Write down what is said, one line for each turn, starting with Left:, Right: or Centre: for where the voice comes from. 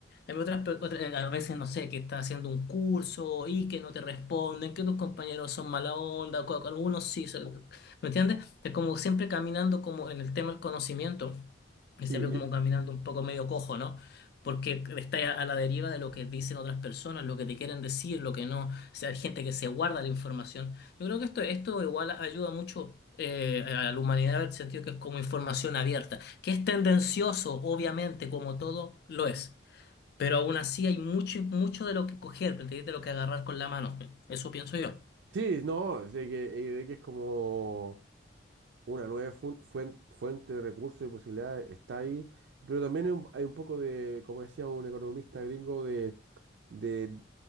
Left: En otras, pe- otra- eh, a veces, no sé, que estás haciendo un curso y que no te responden, que tus compañeros son mala onda, co- algunos sí, son- ¿me entiendes? Es como siempre caminando como en el tema del conocimiento, es
Right: Sí,
Left: siempre como
Right: y-
Left: caminando un poco medio cojo, ¿no? Porque estás a la deriva de lo que dicen otras personas, lo que te quieren decir, lo que no. O sea, hay gente que se guarda la información. Yo creo que esto, esto igual ayuda mucho eh, a la humanidad en el sentido que es como información abierta, que es tendencioso, obviamente, como todo lo es. Pero aún así hay mucho, mucho de lo que coger, ¿me entiendes? De lo que agarrar con la mano. Eso pienso yo.
Right: sí, no, es de que, eh, de que es como... Una nueva fun- fuen- fuente de recursos y posibilidades está ahí, pero también hay un, hay un poco de, como decía un economista gringo, de, de,